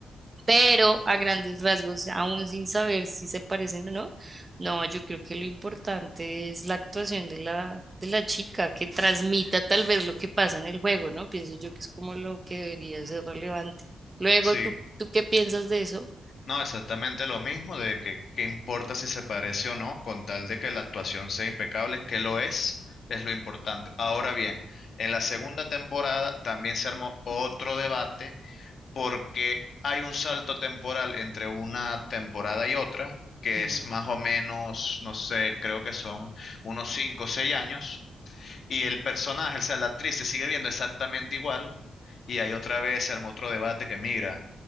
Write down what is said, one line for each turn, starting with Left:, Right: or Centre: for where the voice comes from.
Right: pero a grandes rasgos, aún sin saber si se parecen o no, no, yo creo que lo importante es la actuación de la, de la chica, que transmita tal vez lo que pasa en el juego, ¿no? Pienso yo que es como lo que debería ser relevante. Luego,
Left: Sí.
Right: ¿tú, tú qué piensas de eso?
Left: No, exactamente lo mismo, de que qué importa si se parece o no, con tal de que la actuación sea impecable, que lo es, es lo importante. Ahora bien, en la segunda temporada también se armó otro debate porque hay un salto temporal entre una temporada y otra, que
Right: Mm.
Left: es más o menos, no sé, creo que son unos 5 o 6 años, y el personaje, o sea, la actriz se sigue viendo exactamente igual, y ahí otra vez se armó otro debate que migra.